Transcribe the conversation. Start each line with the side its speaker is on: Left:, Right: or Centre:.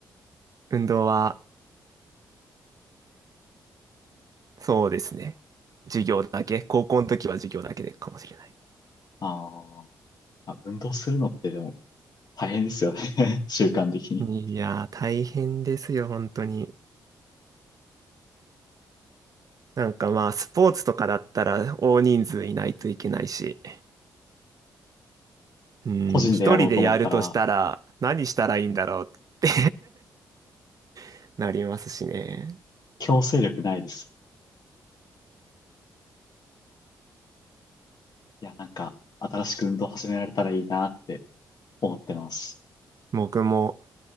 Right: 運動はそうですね。授業だけ、高校の時は授業だけでかもしれない。
Left: あーあ、運動するのってでも大変ですよね。<laughs> 習慣的に。
Right: いやー大変ですよ、本当に。なんかまあスポーツとかだったら大人数いないといけないし、うん、
Left: 個人でやろうと思ったら
Right: 一人でやるとしたら何したらいいんだろうって <laughs> なりますしね。
Left: 強制力ないです。いや、なんか新しく運動始められたらいいなって思ってます。
Right: 僕も